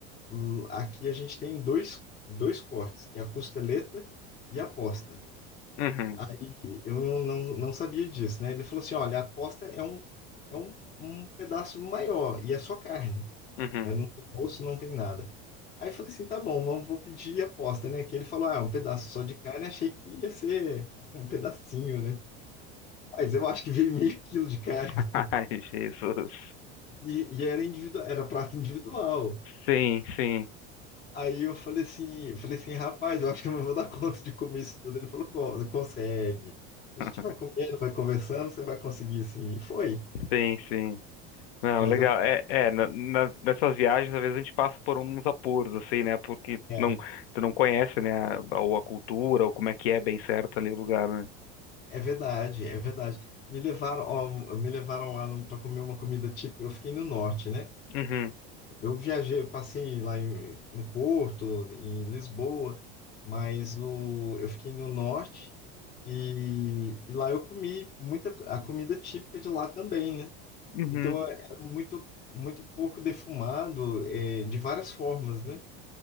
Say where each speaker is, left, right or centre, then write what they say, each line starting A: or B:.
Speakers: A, on the left (about 30°); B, on the left (about 85°).
A: l- aqui a gente tem dois, dois cortes, que é a costeleta e a posta.
B: Uhum,
A: Aí eu não, não, não sabia disso, né? Ele falou assim, olha, a posta é um, é um, um pedaço maior e é só carne
B: uhum.
A: né? Não tem osso, não tem nada. Aí eu falei assim, tá bom, vamos, vou pedir aposta, né? Que ele falou, ah, é um pedaço só de carne, achei que ia ser <laughs> um pedacinho, né? Mas eu acho que veio meio quilo de carne.
B: <laughs>
A: <laughs>
B: Ai, Jesus.
A: E, e era individual, era prato individual.
B: Sim, sim,
A: Aí eu falei assim, eu falei assim, rapaz, eu acho que eu não vou dar conta de comer isso tudo. Ele falou, "Co- consegue. A
B: <laughs>
A: gente vai comendo, vai conversando, você vai conseguir sim. E Foi.
B: sim, sim. Não,
A: Mas
B: legal.
A: eu,
B: É, é na, na- nessas viagens, às vezes a gente passa por uns apuros, assim, né? Porque
A: é,
B: não, tu não conhece, né? A, ou a cultura, ou como é que é bem certo ali o lugar, né?
A: é verdade, é verdade. Me levaram, ó, me levaram lá para comer uma comida típica. Eu fiquei no norte, né?
B: Uhum,
A: Eu viajei, passei lá em- no Porto, em Lisboa, mas no, eu fiquei no norte e, e lá eu comi muita a comida típica de lá também, né?
B: uhum.
A: Então é é muito muito pouco defumado, é, de várias formas, né?